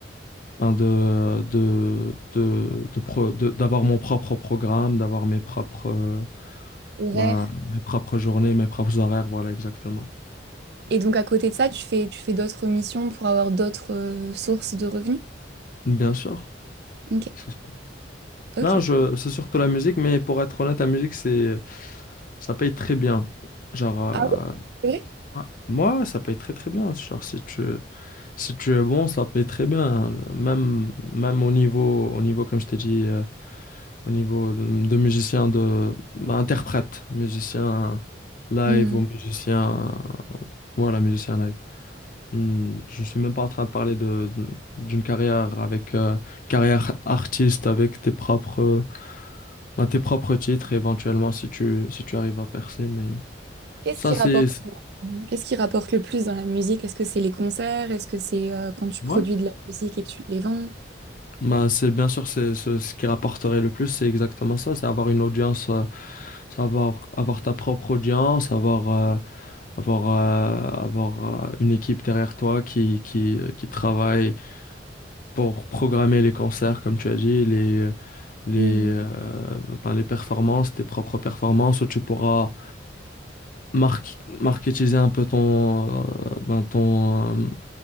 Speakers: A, on the left (about 50°); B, on the right (about 60°).
A: ben, de, de, de, de pro- de- d'avoir mon propre programme, d'avoir mes propres, euh,
B: Horaire.
A: ben, mes propres journées, mes propres horaires, voilà, exactement.
B: Et donc à côté de ça, tu fais, tu fais d'autres missions pour avoir d'autres euh, sources de revenus?
A: Bien sûr.
B: Ok,
A: c'est sûr.
B: ok.
A: Non, je, c'est surtout la musique, mais pour être honnête, la musique, c'est, ça paye très bien. Genre,
B: Ah
A: euh,
B: oui, c'est vrai?
A: ouais, moi, ça paye très très bien. Genre, si tu, Si tu es bon, ça paye très bien. hein. Même, même au niveau, au niveau, comme je t'ai dit, euh, au niveau de, de musicien, de, bah, interprète, musicien live
B: Hmm.
A: ou musicien, voilà, musicien live. Hmm, Je suis même pas en train de parler de, de- d'une carrière avec, euh, carrière artiste avec tes propres, bah, tes propres titres éventuellement si tu, si tu arrives à percer. Mais
B: Qu'est-ce
A: ça,
B: qui
A: c'est,
B: rapporte, qu'est-ce qui rapporte le plus dans la musique? Est-ce que c'est les concerts? Est-ce que c'est euh, quand tu produis
A: ouais
B: de la musique et que tu les vends?
A: Bah, c'est bien sûr c'est ce, ce qui rapporterait le plus, c'est exactement ça, c'est avoir une audience, euh, c'est avoir, avoir ta propre audience, avoir, euh, avoir, euh, avoir euh, une équipe derrière toi qui, qui, euh, qui travaille pour programmer les concerts, comme tu as dit, les, euh, les,
B: Hmm.
A: euh, ben, les performances, tes propres performances, où tu pourras mar marketiser un peu ton, euh, ben, ton,